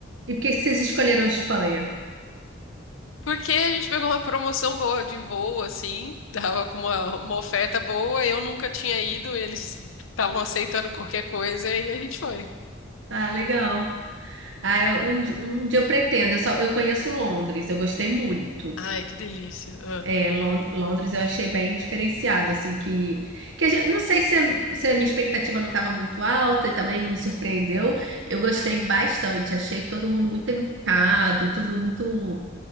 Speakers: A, on the right (about 65°); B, on the left (about 80°).
A: E por que que vocês escolheram Espanha?
B: Porque a gente pegou uma promoção boa de voo, assim, <laughs> tava com uma, uma oferta boa, eu nunca tinha ido, eles estavam aceitando qualquer coisa e a gente foi.
A: Ah, legal. Ah, eu- um, di- um dia eu pretendo. Eu só, eu conheço Londres, eu gostei muito.
B: Ai, que delícia. Ah,
A: É, Lon- Londres eu achei bem diferenciado, assim, que, que a gente- não sei se, se a minha expectativa não estava muito alta e também me surpreendeu. Eu gostei
B: uhum.
A: bastante, achei todo mundo muito educado, tudo muito